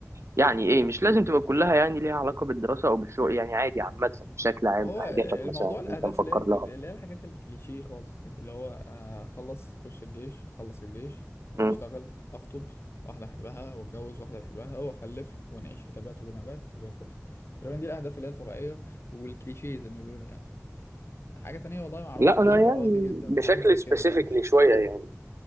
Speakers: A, on the right; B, on the left.
A: يعني ايه مش لازم تبقى كلها يعني ليها علاقه بالدراسه او بالشغل يعني عادي عامه بشكل عام
B: ما هو
A: اهدافك مثلا
B: الموضوع
A: اللي
B: الأهداف
A: انت مفكر
B: اللي هي اللي
A: لها
B: هي الحاجات الكليشيه خالص دي اللي هو آه، أخلص أخش الجيش أخلص الجيش أشتغل
A: مم.
B: أخطب واحدة أحبها وأتجوز واحدة بحبها وأخلف ونعيش في تبات ونبات وزي الفل تقريبا دي الأهداف اللي هي الطبيعية والكليشيه زي ما بيقولوا يعني حاجة تانية والله ما أعرفش
A: لا
B: يعني
A: انا
B: أنا هبقى
A: يعني
B: راضي جدا
A: بشكل
B: في حاجات زي كده
A: سبيسيفيكلي
B: فاهم
A: شويه يعني